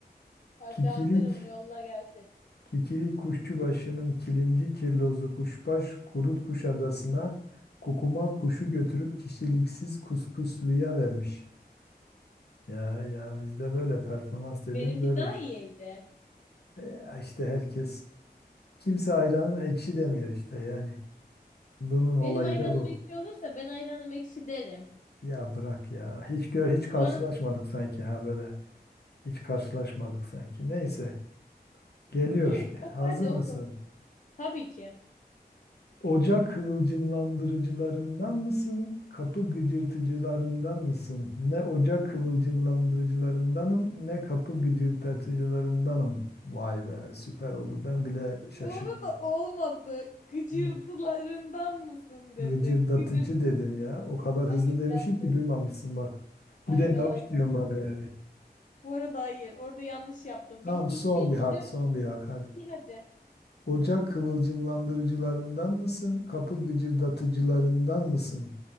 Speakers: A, on the left; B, on the left.
A: hadi
B: Kikirik.
A: hazırım yolla gelsin.
B: Kikirik kuşçubaşının kilimci kirlozu kuşbaş kurut kuş adasına kukumav kuşu götürüp kişiliksiz kuskusluya vermiş. Ya ya bizde böyle performans dediğin
A: Benimki
B: böyle
A: daha
B: bir şey.
A: iyiydi.
B: E, Ya işte herkes kimse ayranın ekşi demiyor işte yani. Bunun olayı
A: Benim ayranım
B: da bu.
A: ekşi olursa ben ayranım ekşi derim.
B: Ya bırak ya. Hiç gör hiç karşılaşmadık
A: Bu arada
B: sanki ha böyle. Hiç karşılaşmadık sanki. Neyse geliyor.
A: iyi oku
B: Hazır
A: hadi
B: mısın?
A: oku. Tabii ki.
B: Ocak kıvılcımlandırıcılarından mısın? Kapı gıcırtıcılarından mısın? Ne ocak kıvılcımlandırıcılarındanım, ne kapı gıcırtıcılarındanım. Vay be, süper oldu. Ben bile şaşırdım.
A: Bu arada olmadı. Gıcırtılarından
B: Ne?
A: mısın dedin.
B: Gıcırdatıcı
A: Gıcırt.
B: dedim ya. O kadar
A: Hayır
B: hızlı demişim
A: yanlış.
B: ki duymamışsın bak. Bir
A: Aynen
B: de yavaş
A: aynen.
B: diyorum bana yani.
A: Bu arada hayır. Orada yanlış yaptım.
B: Tamam
A: Bir, ilk
B: son
A: bir
B: bir hak,
A: hece
B: son bir hak hadi.
A: İyi hadi.
B: Ocak kıvılcımlandırıcılarından mısın? Kapı gıcırdatıcılarından mısın?